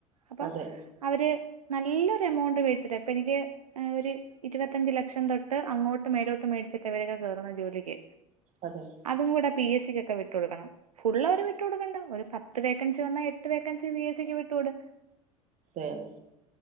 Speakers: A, on the right; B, on the right.
A: അപ്പം
B: അതെ
A: അവര് നല്ലൊ ഒരു എമൗണ്ട് മേടിച്ചിട്ട് അപ്പൊ എനിക്ക് ആഹ് ഒരു ഇരുപത്തഞ്ച് ലക്ഷം തൊട്ട് അങ്ങോട്ട് മേലോട്ട് മേടിച്ചിട്ട് ഇവരൊക്കെ കേറുന്നേ ജോലിക്ക്
B: അതെ
A: അതും കൂടെ പിഎസ് സിക്കക്കെ വിട്ട് കൊടുക്കണം ഫുള്ള് അവര് വിട്ടു കൊടുക്കണ്ട ഒരു പത്ത് വേക്കൻസി വന്നാ എട്ട് വേക്കൻസി ബി എസ് സിക്ക് വിട്ട് കൊട്
B: ആഹ്